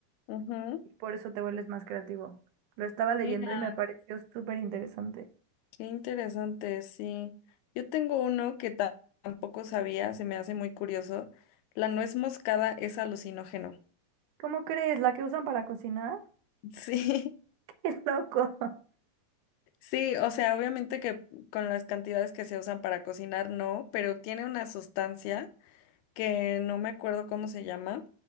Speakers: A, on the left; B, on the right.
A: Ujú.
B: y por eso te vuelves más creativo. Lo estaba leyendo
A: Mira.
B: y me pareció súper interesante.
A: Qué interesante, sí. Yo tengo uno que ta- tampoco sabía, se me hace muy curioso. La nuez moscada es alucinógeno.
B: ¿Cómo crees? ¿La que usan para cocinar?
A: Sí,
B: <laughs> ¡Qué loco!
A: <laughs> sí, o sea, obviamente que con las cantidades que se usan para cocinar, no, pero tiene una sustancia que no me acuerdo cómo se llama,